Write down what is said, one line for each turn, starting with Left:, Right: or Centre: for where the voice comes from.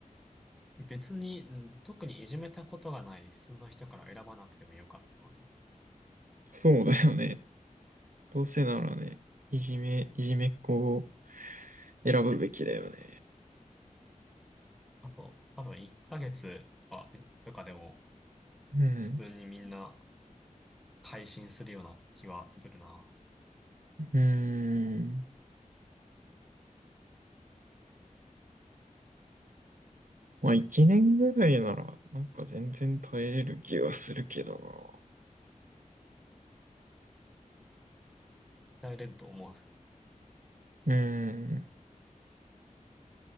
Centre: 別に、うん特にいじめたことがない普通の人から選ばなくてもよかったのに。
Right: そうだよね。どうせならね、いじめ、いじめっ子を選ぶべきだよね。
Centre: あと、多分1ヶ月は、とかでも、
Right: うん。
Centre: 普通にみんな改心するような気はするな。
Right: うーん。まあ、一年ぐらいなら、なんか全然耐えれる気がするけど
Centre: 耐えれると思う。
Right: な。うーん。